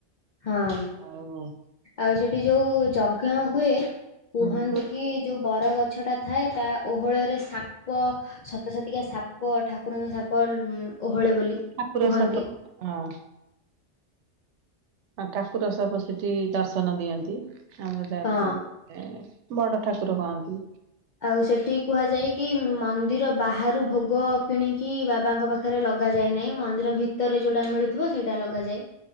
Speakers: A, on the left; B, on the right.
A: ହଁ।
B: ଆଉ
A: ଆଉ ସେଠି ଯୋଉ ଯଜ୍ଞ ହୁଏ, କୁହନ୍ତି
B: ହୁଁ।
A: କି ଯୋଉ ବର ଗଛ ଟା ଥାଏ। ତା ଓହଳରେ ସାପ ପ ସତ ସତିକା ସାପ ଠାକୁରଙ୍କ ସାପ ଉ ଓହଳେ ବୋଲି
B: ଠାକୁର
A: କୁହନ୍ତି।
B: ସାପ ହଁ। ଠାକୁର ସାପ ସେଠି ଦର୍ଶନ ଦିଅନ୍ତି, ଆମର ଯାହାକୁ
A: ହଁ
B: ଏ ବଡ ଠାକୁର କହନ୍ତି।
A: ଆଉ ସେଠି କୁହାଯାଏ କି, ମନ୍ଦିର ବାହାରୁ ଭୋଗ କିଣିକି ବାବାଙ୍କ ପାଖରେ ଲଗାଯାଏ ନାହିଁ, ମନ୍ଦିର ଭିତରେ ଯୋଉଟା ମିଳୁଥିବ ସେଇଟା ଲଗାଯାଏ।